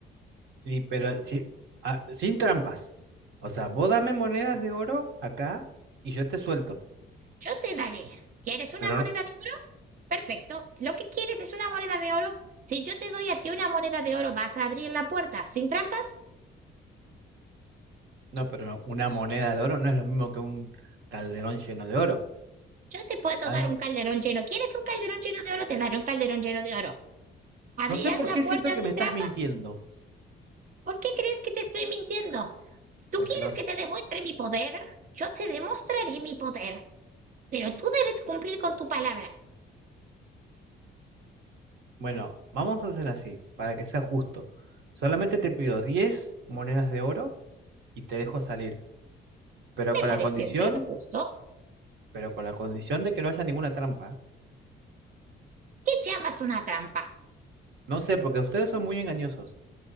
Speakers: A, on the right; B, on the right.
A: Y pero sí, ah, sin trampas. O sea, vos dame monedas de oro acá y yo te suelto.
B: Yo te daré. ¿Quieres una
A: Pero
B: moneda
A: no,
B: de oro? Perfecto. ¿Lo que quieres es una moneda de oro? Si yo te doy a ti una moneda de oro, ¿vas a abrir la puerta sin trampas?
A: no, pero una moneda de oro no es lo mismo que un calderón lleno de oro.
B: Yo te puedo
A: Dame-
B: dar un calderón lleno. ¿Quieres un calderón lleno de oro? Te daré un calderón lleno de oro. ¿Abrirás
A: no sé por
B: la
A: qué
B: puerta
A: siento que
B: sin
A: me estás
B: trampas?
A: mintiendo.
B: ¿Por qué crees que te estoy mintiendo? ¿Tú
A: Porque
B: quieres
A: los
B: que te demuestre mi poder? Yo te demostraré mi poder. Pero tú debes cumplir con tu palabra.
A: Bueno, vamos a hacer así, para que sea justo. Solamente te pido 10 monedas de oro y te dejo salir. Pero
B: Me
A: con
B: parece
A: la condición,
B: un trato justo.
A: pero con la condición de que no haya ninguna trampa. ¿eh?
B: ¿Qué llamas una trampa?
A: No sé, porque ustedes son muy engañosos.